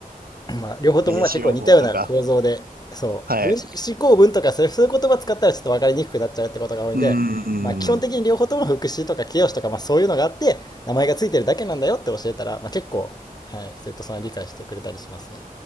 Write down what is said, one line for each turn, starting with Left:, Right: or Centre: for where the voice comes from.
Left: まあ、両方ともまあ結構似たような構造で、
Right: 名刺用法とか。
Left: そう、
Right: はい。
Left: 分子構文とかそういうそういう言葉使ったらちょっと分かりにくくなっちゃうってことが多いんで、
Right: うー
Left: まあ、基本的に両方とも副詞とか形容詞とか、
Right: ん。
Left: まあ、そういうのがあって、名前がついてるだけなんだよって教えたら、まあ、結構、はい、生徒さんは理解してくれたりしますね。